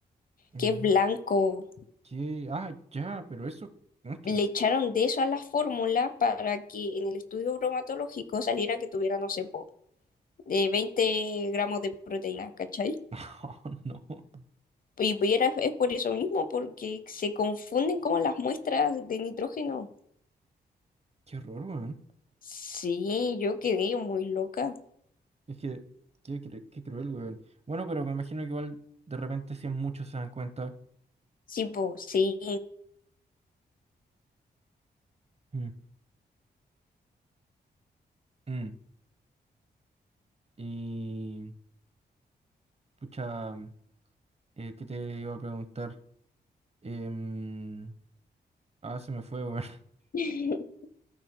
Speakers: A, on the right (about 35°); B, on the left (about 50°).
A: Mm,
B: que es blanco.
A: ¿qué? Ah, ya, pero eso, ¿no es tóxico?
B: le echaron de eso a la fórmula para que en el estudio bromatológico saliera que tuviera, no sé, po, de 20 gramos de proteína, ¿cachai?
A: <laughs> No, no.
B: Y era, es por eso mismo, porque se confunden como las muestras de nitrógeno.
A: Qué horror, weón.
B: Sí, yo quedé muy loca.
A: Es que, qué, cru- qué cruel, weón. Bueno, pero me imagino que igual de repente si es mucho se dan cuenta.
B: Sí, pues, sí.
A: Mm, mm. Y, pucha, mm, eh, ¿qué te iba a preguntar? Em, ah, se me fue, weón. <laughs>
B: <laughs>